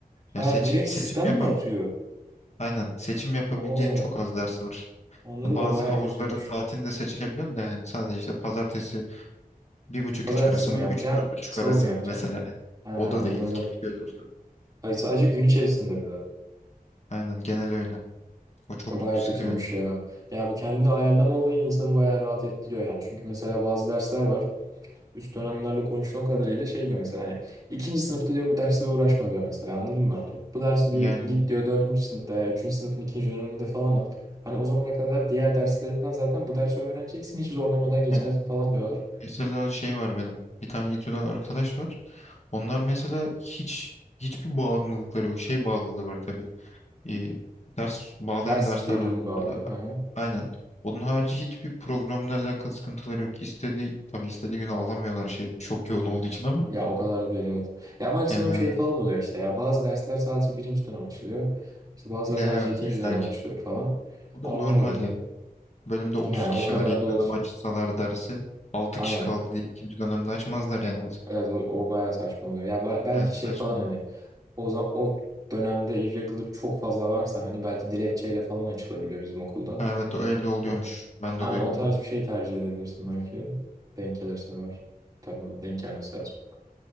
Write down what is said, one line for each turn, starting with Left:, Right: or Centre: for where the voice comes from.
Right: Ha
Left: Yani seç,
Right: direkt
Left: seçim
Right: sistem
Left: yapa
Right: mi atıyor?
Left: aynen seçim yapabileceğin
Right: Oha.
Left: çok az ders var.
Right: Anladım
Left: Bazı
Right: o baya
Left: havuzların
Right: kötüymüş.
Left: saatini de seçebiliyorsun da yani sadece işte pazartesi bir buçuk
Right: Pazartesi
Left: üç arası
Right: mi
Left: mı
Right: yapacaksın?
Left: üç dört buçuk
Right: Salı
Left: arası
Right: mı yapacaksın?
Left: mı mesela. Yani
Right: Ha
Left: o da değil.
Right: anladım.
Left: Keşke öyle olsa.
Right: Ay sadece gün içerisinde bir de.
Left: Aynen genel öyle. O çok
Right: Baya
Left: sıkıyor.
Right: kötüymüş ya. Ya bu kendini ayarlama olayı insanı baya rahat ettiriyor yani. Çünkü mesela bazı dersler var. üst dönemlerle konuştuğum kadarıyla şey diyor mesela hani ikinci sınıfta diyor bu dersle uğraşma diyor mesela anladın mı? Bu dersi diyor
Left: Yani
Right: git diyor dördüncü sınıfta ya üçüncü sınıfın ikinci döneminde falan al. Hani o zamana kadar diğer derslerinden zaten bu dersi öğreneceksin hiç zorlamadan geçersin
Left: e,
Right: falan diyorlar.
Left: mesela şey var benim. Bir tane İTÜ'den arkadaş var. Onlar mesela hiç hiçbir bağımlılıkları yok. Şey bağlılığı var tabii. Ee, ders bağlayan
Right: Ders
Left: dersler
Right: birliğini
Left: var
Right: bağlıyor.
Left: mesela.
Right: Hı hı.
Left: Aynen. Onun harici hiçbir programla alakalı sıkıntıları yok. İstediği tabii istediği günü alamıyorlar şey çok yoğun olduğu için ama
Right: Ya o kadar da değil evet. Ya maksimum
Left: yani
Right: şey
Left: evet.
Right: falan oluyor işte ya bazı dersler sadece birinci dönem açılıyor. İşte bazıları
Left: Ne
Right: sadece
Left: evet
Right: ikinci
Left: illaki.
Right: dönem açılıyor falan.
Left: O
Right: Onlar
Left: da normal
Right: oluyor.
Left: yani. Bölümde 30
Right: Yani
Left: kişi
Right: o kadar
Left: var. İlk
Right: da olsun.
Left: dönem açsalar dersi 6
Right: Aynen.
Left: kişi kaldı diye ikinci dönemde açmazlar yani mesela.
Right: Evet o, o bayağı saçma oluyor. Ya ba- belki
Left: Evet
Right: şey
Left: saçmalık.
Right: falan hani O, za- o dönemde irregular çok fazla varsa hani belki dilekçeyle falan açılabiliyor bizim okulda.
Left: Ha, Evet öyle oluyormuş.
Right: Hani,
Left: Ben
Right: hani
Left: de duydum
Right: o tarz
Left: onu.
Right: bir şey tercih edebilirsin belki. Denk gelirse var. Tabii denk gelmesi lazım.